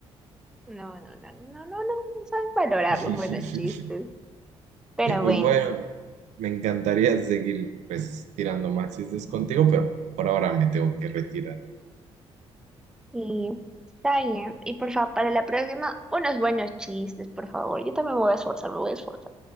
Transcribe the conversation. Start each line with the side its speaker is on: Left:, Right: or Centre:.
Centre: No, no, no, no, no, no, no saben valorar
Right: <laughs>
Centre: los buenos chistes. Pero
Right: Y pues
Centre: bueno.
Right: bueno, me encantaría seguir pues tirando más chistes contigo, pero por ahora me tengo que retirar.
Centre: Y está bien. Y por favor, para la próxima, unos buenos chistes, por favor. Yo también me voy a esforzar, me voy a esforzar.